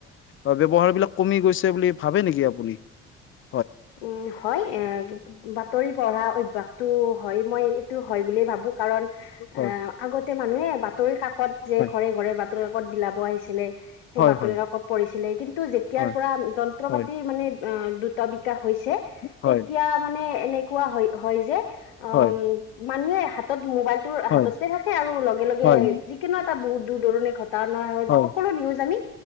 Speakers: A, on the left; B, on the left.
A: অ ব্যৱহাৰ বিলাক কমি গৈছে বুলি ভাবে নেকি আপুনি? <inaudible>
B: উম হয় এ বাতৰি পঢ়া অভ্যাসটো হয় মই এইটো হয় বুলিয়ে ভাবোঁ - কাৰণ
A: হয়।
B: অ আগতে মানুহে বাতৰি কাকত যে
A: হয়,
B: ঘৰে ঘৰে - ঘৰে বাতৰি কাকত বিলাব আহিছিলে সেই
A: হয়,
B: বাতৰি
A: হয়,
B: কাকত পঢিছিলে- টো যেতিয়াৰ
A: হয়,
B: পৰা যন্ত্ৰ
A: হয়,
B: পাতিৰ মানে অ দ্ৰত- হৈছে
A: হয়, হয়,
B: তেতিয়া মানে এনেকুৱা হয় হয় যে উ
A: হয়,
B: মানুহে- হাতত মোবাইলটোৰ
A: হয়, হয়,
B: হাততে থাকে আৰু লগে লগে
A: হয়,
B: যিকোনো এটা বহুত দূৰ দূৰণিৰ ঘ- টনা নহয়
A: হয়,
B: সকলো নিউজ আমি